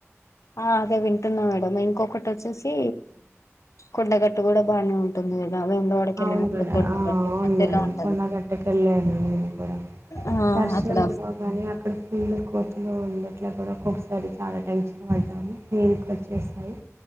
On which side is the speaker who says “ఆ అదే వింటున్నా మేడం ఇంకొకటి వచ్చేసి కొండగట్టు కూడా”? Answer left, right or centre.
Left